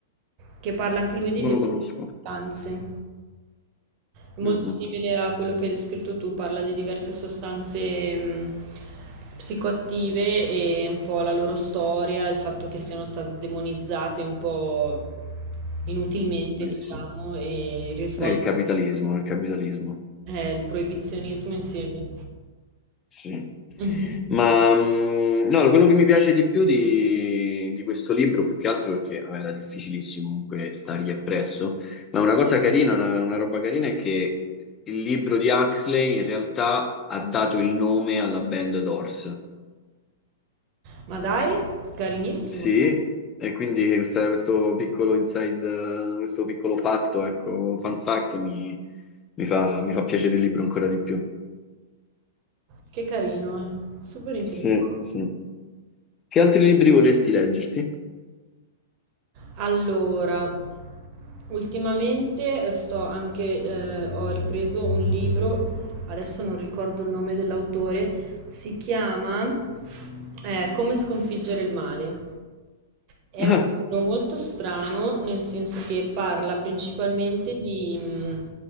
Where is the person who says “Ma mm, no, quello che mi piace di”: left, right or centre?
Left